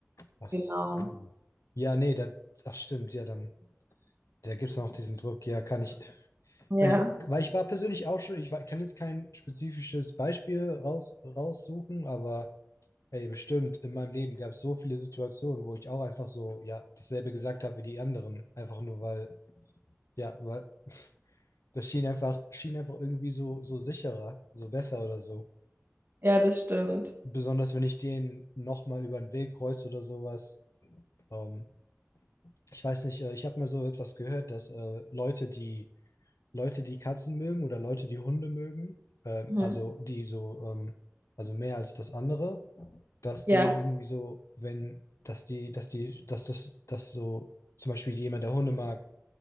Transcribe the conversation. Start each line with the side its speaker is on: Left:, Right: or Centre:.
Left: Ach so.
Right: Genau.
Left: Ja, nee, da, ach stimmt, ja, dann. Da gibt es noch diesen Druck, ja, kann ich,
Right: Ja,
Left: kann ich, weil ich war persönlich auch schon, ich war, kann jetzt kein spezifisches Beispiel raus, raussuchen, aber Ey, bestimmt, in meinem Leben gab es so viele Situationen, wo ich auch einfach so, ja, dasselbe gesagt habe wie die anderen. Einfach nur, weil, ja, weil das schien einfach, schien einfach irgendwie so, so sicherer, so besser oder so.
Right: ja, das stimmt.
Left: Besonders wenn ich den nochmal über den Weg kreuze oder sowas. Ähm, ich weiß nicht, äh, ich habe mal so etwas gehört, dass äh, Leute, die Leute, die Katzen mögen oder Leute, die Hunde mögen, äh,
Right: Mhm.
Left: also die so, ähm, also mehr als das andere, dass
Right: Ja,
Left: die irgendwie so, wenn, dass die, dass die, dass das, dass so zum Beispiel jemand, der Hunde mag,